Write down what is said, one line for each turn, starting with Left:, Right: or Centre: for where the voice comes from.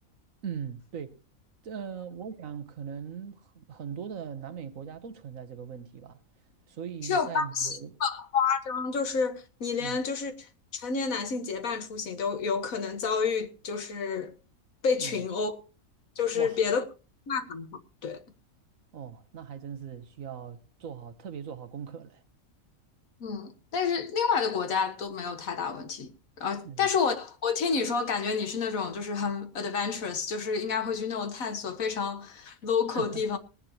Right: 嗯，对，呃，我想可能很很多的南美国家都存在这个问题吧，所以在旅游，
Left: 只有巴西夸张，就是你连就是成年男性结伴出行都有可能遭遇，
Right: 嗯
Left: 就是被群殴，
Right: 嗯，
Left: 就是别的那还好，
Right: 哇
Left: 对。
Right: 哦，那还真是需要做好特别做好功课了，
Left: 嗯，但是另外的国家都没有太大问题。然后，
Right: 嗯
Left: 但是我我听你说，感觉你是那种就是很 adventurous，就是应该会去那种探索非常 local
Right: <laughs>
Left: 地。